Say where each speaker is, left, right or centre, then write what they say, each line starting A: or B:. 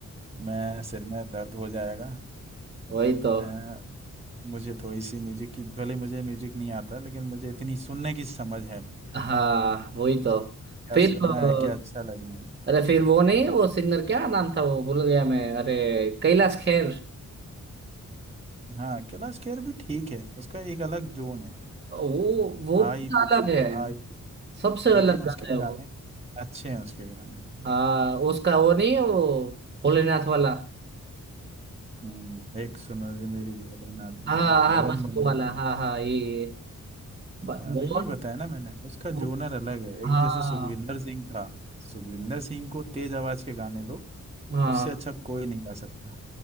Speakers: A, on the right; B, on the right.
A: मैं सिर में दर्द हो जाएगा
B: वही तो
A: अ, मुझे थोड़ी सी म्यूजिक की भले मुझे म्यूजिक नहीं आता लेकिन मुझे इतनी सुनने की समझ है मुझे
B: हाँ वही तो
A: क्या
B: फिर
A: सुनना
B: अ,
A: है क्या अच्छा लगना है
B: अरे फिर वो नहीं वो सिंगर क्या नाम था वो भूल गया मैं अरे कैलाश खेर
A: हाँ कैलाश खेर भी ठीक है उसका एक अलग जोन है
B: वो वो
A: हाई
B: पूरा
A: पिच
B: अलग
A: पे
B: है
A: हाई पिच
B: सबसे
A: लेकिन
B: अलग गाता
A: उसके
B: है
A: गाने
B: वो
A: अच्छे हैं उसके गाने
B: हाँ उसका वो नहीं वो भोलेनाथ वाला
A: हम्म एक सुनो जी मेरी भोलेनाथ जी
B: हाँ हाँ
A: बबम
B: बस
A: बम
B: वो वाला
A: बम
B: हाँ हाँ ये ब-
A: हाँ,
B: बहुत
A: नहीं वही बताया ना मैंने उसका जोनर
B: वो-
A: अलग है एक
B: हाँ
A: जैसे सुखविंदर सिंह था सुखविंदर सिंह को तेज आवाज के गाने दो
B: हाँ
A: उससे अच्छा कोई नहीं गा सकता